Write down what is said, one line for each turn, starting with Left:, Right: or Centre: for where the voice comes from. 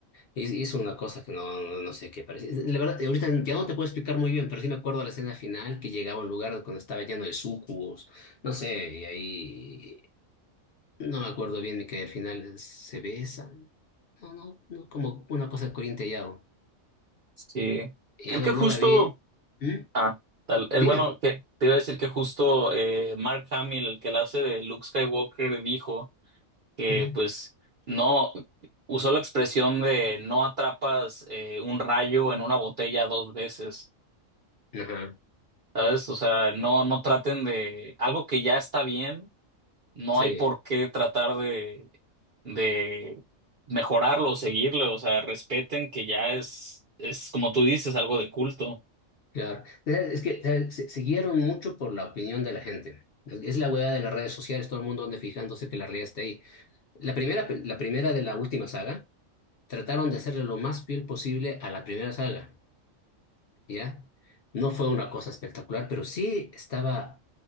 Left: Hiz- Hizo una cosa que no, no, no sé qué parece. La verdad, ahorita ya no te puedo explicar muy bien, pero sí me acuerdo la escena final que llegaba a un lugar cuando estaba lleno de sucubos. No sé, y ahí no me acuerdo bien y que al final se besan. No, no, no, como una cosa corintellado.
Right: Sí.
Left: Y
Right: Creo
Left: ya
Right: que
Left: no, no
Right: justo,
Left: la vi. ¿Mm?
Right: ah, tal- eh,
Left: Dime.
Right: bueno, que te iba a decir que justo eh, Mark Hamill, el que la hace de Luke Skywalker, dijo que
Left: Ujú.
Right: pues no usó la expresión de no atrapas eh, un rayo en una botella dos veces,
Left: Ajá,
Right: ¿sabes? O sea, no, no traten de algo que ya está bien, no
Left: sí,
Right: hay por qué tratar de, de mejorarlo o seguirlo, o sea, respeten que ya es, es como tú dices, algo de culto.
Left: claro. Es que ¿sabes? se, se guiaron mucho por la opinión de la gente. Es es la hueá de las redes sociales, todo el mundo anda fijándose que la realidad está ahí. La primera, pe- la primera de la última saga. trataron de hacerle lo más fiel posible a la primera saga, ¿ya? No fue una cosa espectacular, pero sí estaba